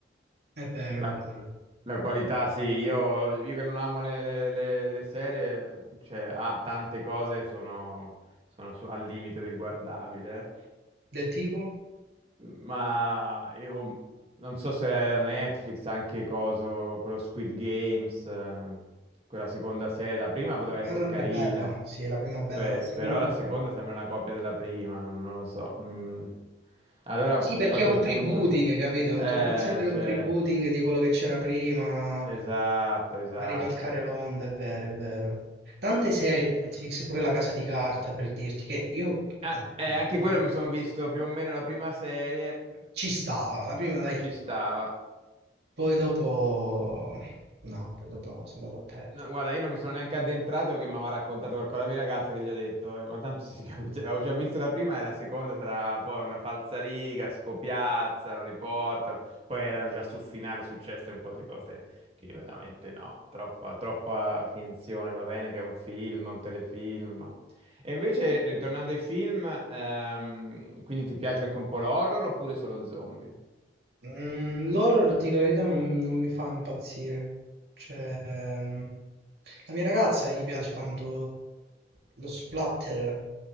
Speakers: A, on the right (about 65°); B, on the right (about 30°).
A: È vero,
B: La,
A: è vero.
B: la qualità, sì, io, io che non amo le, le- le- le serie, cioè, ha tante cose sono, sono su- al limite del guardabile. eh.
A: Del tipo?
B: ma io non so se era Netflix, anche coso, quello Squid Games, eh, quella seconda serie, la prima poteva
A: La,
B: essere
A: la-
B: carina,
A: la bella, sì, la prima bella,
B: pe-
A: la seconda...
B: però la seconda
A: era-
B: sembra una copia della prima, non, non lo so. Mm. Allora
A: Sì, perché
B: a
A: è
B: quel
A: un
B: punto,
A: freebooting, capito? È
B: eh,
A: un totale, sempre un
B: cioè,
A: freebooting di quello che c'era prima.
B: esatto, esatto.
A: A ricalcare l'onda, è vero, è vero. Tante serie
B: E, eh,
A: di Netflix, pure La Casa di Carta, per dirti che io
B: ah, eh, anche
A: no,
B: quello mi sono visto più o meno la prima serie,
A: ci stava, la prima dai,
B: ci stava.
A: poi dopo no, poi dopo no, sono andato a perdere.
B: No, guarda, io non mi sono neanche addentrato perché mi aveva raccontato qualcosa la mia ragazza che gli ho detto, eh, ma tanto si <laughs> capisce, avevo già visto la prima e la seconda sarà poi una falsariga, scopiazzano, riportano, poi erano già sul finale successe un po' delle cose che io veramente no, troppa, troppa finzione, va bene che è un film, un telefilm, ma... E invece, eh, ritornando ai film, ehm, quindi ti piace anche un po' l'horror oppure solo zombie?
A: Mm, l'horror, ti dico la verità, non, non mi fa impazzire. Cioè, ehm, la mia ragazza gli piace tanto lo splatter.